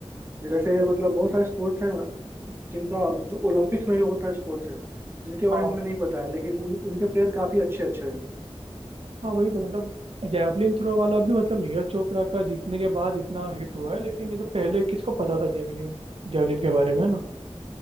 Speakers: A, on the right; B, on the right.
A: जैसे मतलब बहुत सारे स्पोर्ट्स हैं जिनका जो ओलंपिक्स में भी बहुत सारे स्पोर्ट्स हैं जिनके बारे
B: आप
A: में हमें नहीं पता है लेकिन उन, उनके प्लेयर काफी अच्छे अच्छे हैं
B: हाँ वही तो मतलब जैवलिन थ्रो वाला भी मतलब नीरज चोपड़ा का जीतने के बाद इतना हिट हुआ है लेकिन ये तो पहले किसको पता था जैवलिन जैवलिन के बारे में ना